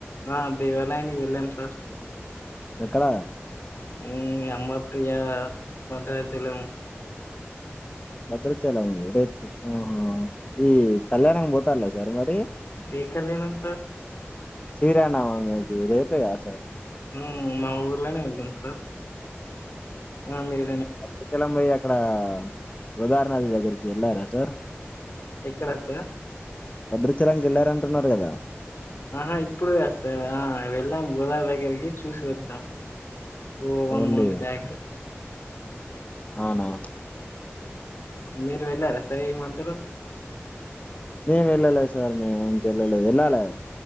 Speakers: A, on the left (about 60°); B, on the left (about 30°).
A: ఆ దేవాలయానికి వెళ్ళాం సార్
B: ఎక్కడ
A: ఉమ్ ఎంబత్ భద్రాచలం
B: భద్రాచలం రేపు ఉమ్ ఆ ఈ కళ్యాణం పోతన్ల సార్ మరి
A: ఏ కళ్యాణం సార్
B: శ్రీ రామనవమి అది రేపే కదా సార్
A: హ్మ్ మా ఊర్లోనే వెళ్తాం సార్ ఆ మీరూ
B: భద్రాచలం పోయి అక్కడ గోదావరి నది దగ్గరికి ఎళ్ళారా సార్
A: ఎక్కడ సార్
B: భద్రాచలంకి వెళ్ళారంటున్నారు కదా
A: ఆహా ఇప్పుడు కాదు సార్ ఆ వెళ్ళాం గోదావరి దగ్గరికి చూసి వచ్చాం ఓ వన్
B: ఓన్లీ
A: మంత్ బ్యాక్
B: అవునా
A: మీరు వెళ్ళారా సార్ ఈ మధ్యలో
B: మేము వెళ్ళలేదు సార్ మేము ఇంకెళ్ళలేదు ఏళ్ళాలే